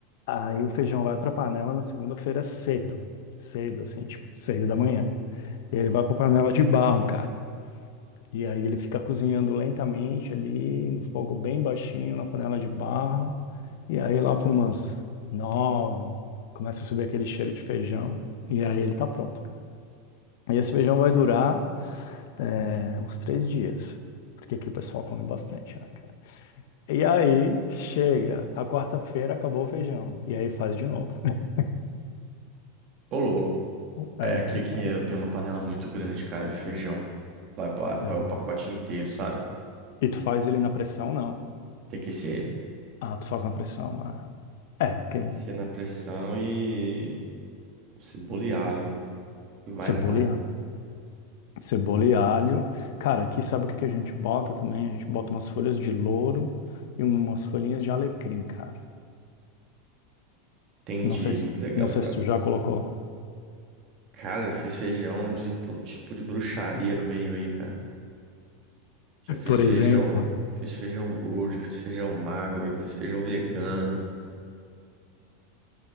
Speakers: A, on the left; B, on the right.
A: aí o feijão vai pra panela na segunda-feira cedo. Cedo, assim, tipo, seis da manhã. Ele vai pra panela de barro, cara. E aí ele fica cozinhando lentamente ali, no fogo bem baixinho, na panela de barro. E aí lá por umas nove, começa a subir aquele cheiro de feijão. E aí ele tá pronto, cara. E esse feijão vai
B: Ah,
A: durar né, uns três dias, porque aqui o pessoal come bastante, né, cara? E aí chega, a quarta-feira acabou o feijão, e aí faz de novo. <laughs>
B: Ô, louco.
A: É,
B: É aqui que
A: cara,
B: eu tenho uma panela muito grande, cara, de feijão. Vai, pa-
A: é.
B: vai o pacote inteiro, sabe?
A: E tu faz ele na pressão, não?
B: Tem que ser,
A: Ah, tu faz na pressão, ah. É,
B: tem
A: que
B: que ser na pressão e o cebola e alho e mais
A: cebola
B: nada.
A: e alho. Cebola e alho. Cara, aqui sabe o que que a gente bota também? A gente bota umas folhas de louro e umas folhinhas de alecrim, cara.
B: Entendi,
A: Não sei se,
B: muito legal,
A: não sei
B: cara.
A: se tu já colocou.
B: Cara, já fiz feijão de todo tipo de bruxaria no meio aí, cara. Já fiz
A: Por
B: feijão,
A: exemplo.
B: fiz feijão gordo, já fiz feijão magro, já fiz feijão vegano,